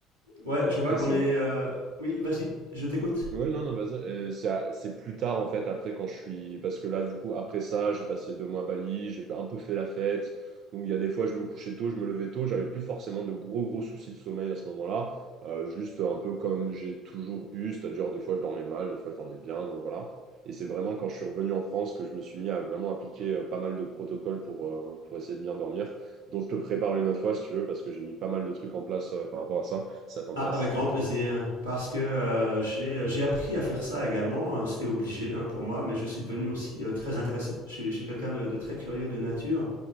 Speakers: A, on the right; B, on the right.
A: ouais,
B: Et
A: je
B: après,
A: vois qu'on
B: c'est
A: est. euh, Oui, vas-y, je t'écoute.
B: Ouais, non, non, vas-y. Euh, C'est à- c'est plus tard, en fait, après, quand je suis. Parce que là, du coup, après ça, j'ai passé deux mois à Bali, j'ai un peu fait la fête. Donc, il y a des fois, je me couchais tôt, je me levais tôt, j'avais plus forcément de gros, gros soucis de sommeil à ce moment-là. Euh, juste un peu comme j'ai toujours eu, c'est-à-dire des fois, je dormais mal, des fois, je dormais bien, donc voilà. Et c'est vraiment quand je suis revenu en France que je me suis mis à vraiment appliquer euh, pas mal de protocoles pour, euh, pour essayer de bien dormir. Donc, je te prépare une autre fois, si tu veux, parce que j'ai mis pas mal de trucs en place euh, par rapport à ça. Ça t'intéresse?
A: Ah, avec grand plaisir, parce que euh, j'ai euh, j'ai appris à faire ça également. Euh, C'était obligé hein, pour moi, mais je suis devenu aussi euh, très intéressé. Je suis, je suis quelqu'un de, de très curieux de nature,